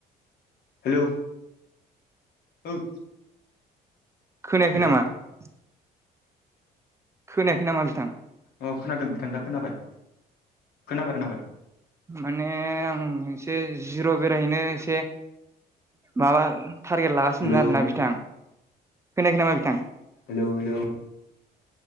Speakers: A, on the left (about 65°); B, on the right (about 15°).
A: हेलौ। औ।
B: खोनायाखै।
A: हेलौ अ खोनादों बिथां दा खोनाबाय खोनाबाय खोनाबाय।
B: माने आं एसे जिर' बेरायहैनो एसे माबा। टारगेट लागासिनो
A: हेलौ
B: आरोना बिथां खोनायाखै नामा बिथां।
A: हेलौ हेलौ